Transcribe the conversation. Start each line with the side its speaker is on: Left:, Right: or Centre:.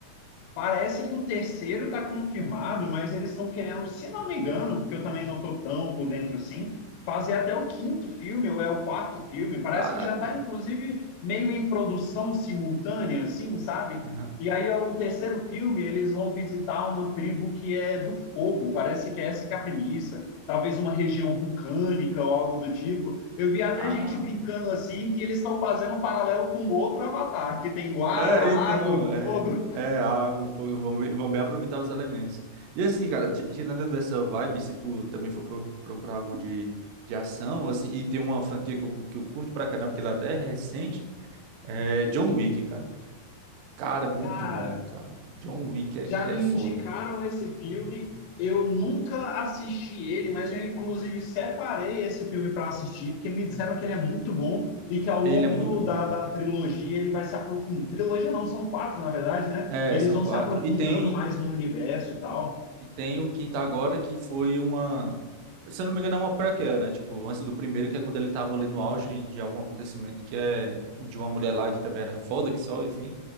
Left: Parece que o terceiro está confirmado, mas eles estão querendo, se não me engano, porque eu também não estou tão por dentro assim, fazer até o quinto filme, ou é o quarto filme. Parece
Right: Caraca,
Left: que já está,
Right: velho.
Left: inclusive, meio em produção simultânea, assim, sabe?
Right: Aham.
Left: E aí, é o terceiro filme, eles vão visitar uma tribo que é do fogo. Parece que é essa que é a premissa. Talvez uma região vulcânica ou algo do tipo. Eu vi até
Right: Ah,
Left: gente brincando assim que eles estão fazendo um paralelo com outro Avatar, que tem Guara,
Right: é,
Left: água,
Right: então,
Left: o
Right: é,
Left: fogo.
Right: é algo, foi- vão, bem- vão bem aproveitar os elementos. E assim, cara, ti- tirando dessa vibe, se tu também for pro- procurar algo de, de ação, assim, e tem uma franquia que eu, que eu curto pra caramba, que ela até é recente, é John Wick, cara. Cara, muito
Left: Cara,
Right: bom, cara. John Wick é,
Left: Já
Right: é
Left: me
Right: foda,
Left: indicaram esse filme. Eu nunca assisti ele, mas eu inclusive separei esse filme para assistir, porque me disseram que ele é muito bom e que ao longo
Right: Ele é muito
Left: do-
Right: bom.
Left: da, da trilogia ele vai se aprofundando. Trilogia não, são quatro, na verdade, né?
Right: É,
Left: Eles
Right: são
Left: vão
Right: quatro.
Left: se aprofundando
Right: E tem,
Left: mais no universo e tal.
Right: e tem o quinto agora, que foi uma. Se eu não me engano, é uma prequel, né? Tipo, antes do primeiro, que é quando ele tava ali no auge de algum acontecimento, que é de uma mulher lá que também era foda, que só, enfim.